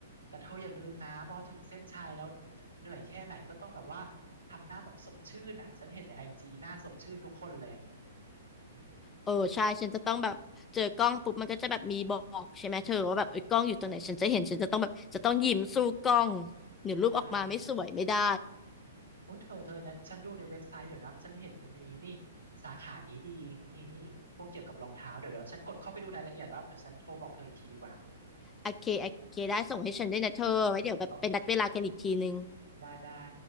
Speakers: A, on the right; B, on the left.
A: แต่เธออย่าลืมนะพอถึงเส้นชัยแล้วเหนื่อยแค่ไหนก็ต้องแบบว่าทำหน้าแบบสดชื่นอ่ะฉันเห็นในไอจีหน้าสดชื่นทุกคนเลยอืม
B: เออใช่ฉันจะต้องแบบเจอกล้องปุ๊บมันก็จะแบบมีบอกใช่ไหมเธอว่าแบบเอ้ยกล้องอยู่ตรงไหนฉันจะเห็นฉันจะต้องแบบจะต้องยิ้มสู้กล้องเดี๋ยรูปออกมาไม่สวยไม่ได้
A: ใช่ใช่โอ้ยเธอเธอเนี่ยฉันดูในเว็บไซต์เดี๋ยวนะฉันเห็นมันมีนี่สาขานี้ดีนี่นี่พวกเกี่ยวกับรองเท้าเดี๋ยวเดี๋ยวฉันกดเข้าไปดูรายละเอียดแล้วเดี๋ยวฉันโทรบอกเธออีกทีดีกว่า
B: โอเคโอเคได้ส่งให้ฉันด้วยนะเธอไว้เดี๋ยวแบบเป็นนัดเวลากันอีกทีนึง
A: โอเคได้ได้